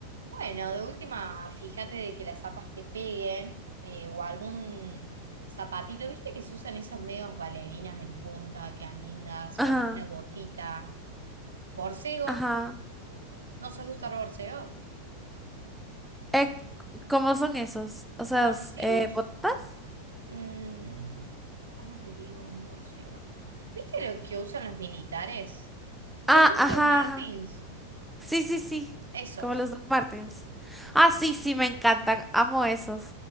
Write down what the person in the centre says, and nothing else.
Ajá,
ajá.
Eh, ¿cómo son esos? O sea,
s- eh, botas.
Ah,
ajá,
Sí, sí, sí.
Como los Doc Martens. Ah, sí, sí, me encantan. Amo esos.